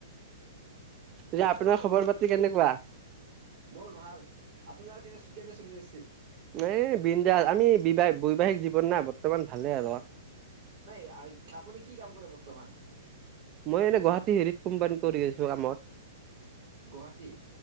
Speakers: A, on the right (about 30°); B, on the right (about 55°).
A: যে
B: এইটো
A: আপোনাৰ খবৰ
B: আমি
A: পাতি কেনেকুৱা
B: মোৰ ভাল। আপোনাৰ কেনে কেনে চলি আছে?
A: এই বৃন্দা আমি বিবাহ বৈবাহিক জীৱন ন বৰ্তমান ভালে আৰু-
B: নাই আপুনি কি কাম কৰে বৰ্তমান-
A: মই এনে গুৱাহাটী হেৰিত কোম্পানী কৰি আছোঁ আমাৰ।
B: গুৱাহাটীত